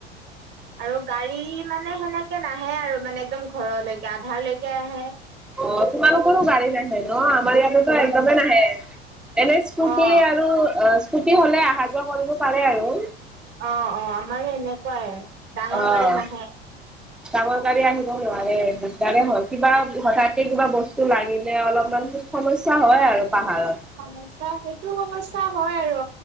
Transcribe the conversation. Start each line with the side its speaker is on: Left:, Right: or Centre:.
Right: আৰু গাড়ী মানে সেনেকে নাহে আৰু মানে একদম ঘৰলৈকে আধাৰলৈকে আহে।
Centre: অ তোমালোকৰো গাড়ী নাহে ন। আমাৰ ইয়াত একদম নাহে এনে স্কটি
Right: অ
Centre: আৰু স্কতি হ'লে অহা যোৱা কৰিব পাৰে আৰু
Right: অহ অহ আমাৰো এনেকুৱাই ডাঙৰ
Centre: অ'।
Right: গাড়ীত নাহে।
Centre: ডাঙৰ গাড়ী আহিবও নোৱাৰে দিগদাৰে হল কিবা হঠাৎ হে কিবা বস্তু লাগিলে অলপমান সমস্যা হয় আৰু পাহাৰত
Right: সমস্যা সেইটো সমস্যা হয় আৰু